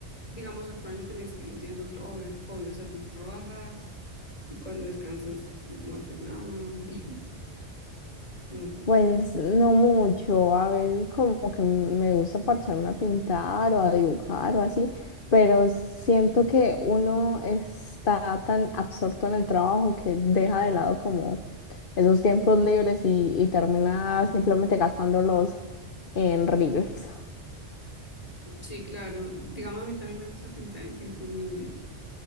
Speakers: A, on the left (about 30°); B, on the left (about 50°).
A: digamos, actualmente me dices que no tienes otro hobby, hobby, o sea, tú trabajas y cuando descansas no haces nada, <laughs> no sé.
B: Pues no mucho, a veces como que me gusta parcharme a pintar o a dibujar o así, pero siento que uno está tan absorto en el trabajo que deja de lado como esos tiempos libres y, y termina simplemente gastándolos en reels.
A: Sí, claro, digamos, a mí también me gusta pintar en tiempos libres